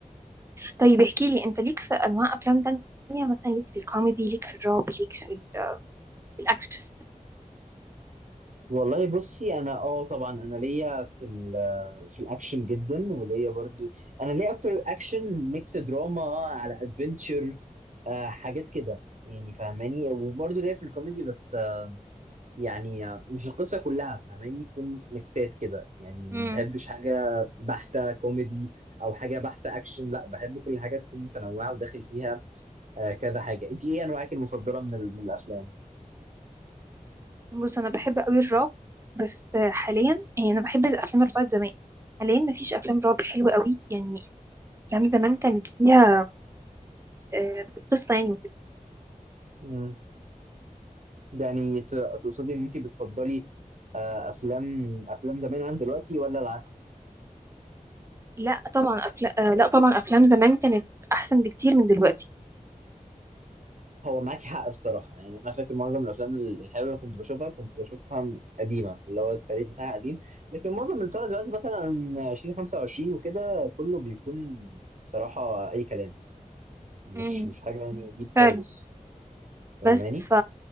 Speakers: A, on the right (about 20°); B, on the right (about 60°).
A: طيب احكي لي انت ليك في انواع افلام تانية مثلا ليك في الكوميدي ليك في الرعب ليك في ال- آه، في الاكشن
B: والله بصي انا اه طبعا انا ليا في ال... في الاكشن جدا وليا برضو انا ليا اكتر اكشن ميكس دراما على ادفنتشر آه حاجات كده يعني فاهماني وبرضو ليا في الكوميدي بس يعني مش القصة كلها فاهماني يكون ميكسات كده يعني ما
A: أمم.
B: بحبش حاجة بحتة كوميدي أو حاجة بحتة أكشن لا بحب كل حاجة تكون متنوعة وداخل فيها آه، كذا حاجة أنت إيه أنواعك المفضلة من, ال- من الأفلام؟
A: بص انا بحب قوي الرعب بس حاليا يعني انا بحب الافلام اللي بتاعت زمان حاليا مفيش افلام رعب حلوه قوي يعني افلام زمان كانت فيها آه، قصه يعني وكده
B: مم. يعني ت- تقصدي إن أنت بتفضلي آه، أفلام أفلام زمان عن دلوقتي ولا العكس؟
A: لا طبعا أفلا... آه، لا طبعا افلام زمان كانت احسن بكتير من دلوقتي
B: هو معاك حق الصراحة يعني أنا فاكر معظم الأفلام الحلوة اللي كنت بشوفها كنت بشوفها م- قديمة اللي هو التاريخ بتاعها قديم لكن معظم اللي طالع دلوقتي مثلا 2025 وكده كله بيكون الصراحة أي كلام مش
A: مم.
B: مش حاجة يعني ديب خالص
A: فعلا
B: فاهماني؟
A: بس ف